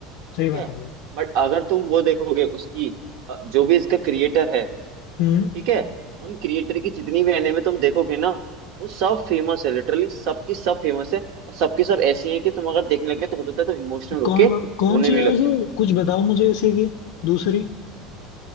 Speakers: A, on the left; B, on the right.
A: सही
B: ठीक
A: बात
B: है
A: है भाई
B: बट अगर तुम वो देखोगे उसकी अ, जो भी इसका क्रिएटर है
A: हम्म
B: ठीक है उन क्रिएटर की जितनी भी एनिमे तुम देखोगे ना वो सब फेमस है लिटरली सबकी सब फेमस है और सबकी सब ऐसी है कि तुम अगर देखने लगे तो होता है तो इमोशनल होके
A: कौन कौन
B: रोने
A: सी
B: भी
A: है
B: लग
A: वैसे
B: जाओ
A: कुछ बताओ मुझे इसे की दूसरी